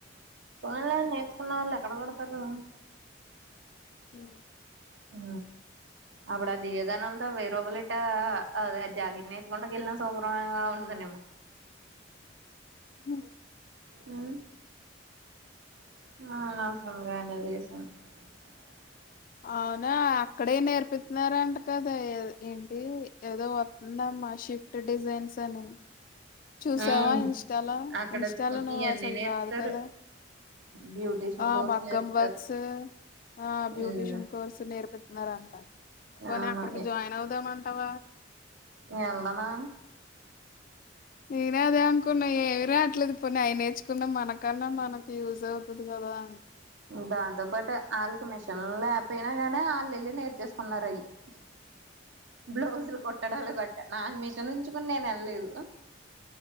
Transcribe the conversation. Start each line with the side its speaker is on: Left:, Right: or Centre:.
Right: పోన్లే నేర్చుకున్న వాళ్ళు ఎక్కడ కుడతారు
Left: హు
Right: హ అప్పుడు ఆ దివదానంతో వేరపాలి ఇట్ట అద జాగిర్ నేర్చుకుంటూకిళ్ళిన శుభ్రంగా ఉ హ్మ్మ్
Left: అహ్మ్మ్
Right: ఆ <unintelligible>
Left: అవునా అక్కడే నేర్పితున్నారంట కదా ఏద్ ఏంటీ ఏదో వత్తుందమ్మా షిఫ్ట్ డిజైన్స్ అని చూసావ
Right: ఉమ్
Left: ఇంస్టాలో
Right: అక్కడ
Left: ఇంస్టాలో నువ్వు
Right: ఇవన్నీ
Left: అసలు
Right: నేర్పుతారు
Left: రాదు కదా
Right: బ్యూటీషియన్
Left: ఆ
Right: కోర్స్
Left: మగ్గం
Right: నేర్పుతారు
Left: వర్క్స్ ఆ బ్యూటీషియన్
Right: ఉమ్
Left: కోర్సు నేర్పితున్నారంట పోనీ
Right: అవును
Left: అక్కడికి జాయిన్ అవుదామ అవ
Right: ఎండన
Left: నేను అదే అనుకున్నా ఏమి రావట్లేదు పోని అయి నేర్చుకున్నా మనకన్నా మనకి యూజ్ అవుతది క <unintelligible>
Right: దాంతోపాటు ఆళ్ళకి మిషన్ లేకపోయినా కానీ ఆళ్ళు వెళ్ళి నేర్చేసుకున్నారు అవి <inaudible> బ్లౌజులు కుట్టడాలు గట్ట నాకు మిషిన్ ఉంచుకుని నేను వెళ్లేదు